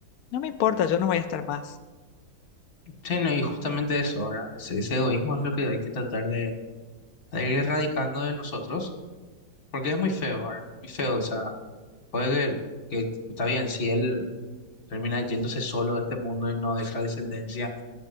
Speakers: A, on the left; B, on the left.
A: no me importa, yo no voy a estar más.
B: Sí, no, y justamente eso, ¿verdad? Ese, ese egoísmo es lo que hay que tratar de, de ir erradicando de nosotros, porque es muy feo, ¿verdad? Muy feo, o sea, puede que, que está bien, si él termina yéndose solo de este mundo y no deja descendencia,